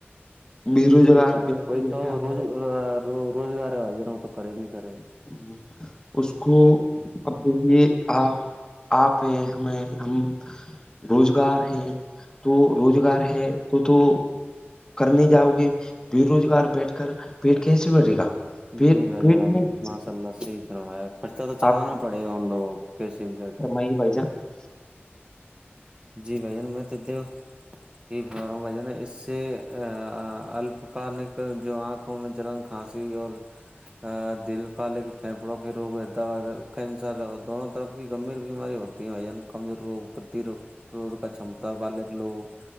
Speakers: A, on the left; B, on the right.
A: بے روزگار
B: جی بھائی جان
A: ویکتی
B: وہی
A: بیٹھا
B: تو روز
A: ہے <unintelligible>
B: روزگار آے ن ہو تو کریے گ کرریے گا <unintelligible>
A: ہ اس کو اب دیکھیے آپ آپ ہیں ہمیں ہم روزگار ہیں تو روزگار ہے تو تو کرنے جاؤ گے بے روزگار بیٹھ کر پیٹ کیسے بڑھے گا پیٹ
B: جی ہائی
A: پیٹ
B: جناب
A: نہیں
B: نے <unintelligible>
A: بھر سکتا
B: اللہ صحی طرح آ خرچہ تو چلانا
A: آپ
B: پڑے گا ان لوگوں کیسے بھی کر کے <unintelligible>
A: بائی بائی جا <unintelligible>
B: جی بھ جان میں تود <unintelligible> یہ بار بجن اس سے اپ کالک جو آنکھ <unintelligible> آکھوں میں چلن کھانسی اور <unintelligible> درھ کال ایک پھیپڑوں کے روگ حیدرآباد کینسر اور دونوں طرف کی گمبھیر بیماری ہوتی <unintelligible> کمزور روگ پرتی روگ کا چمتا بال لوگ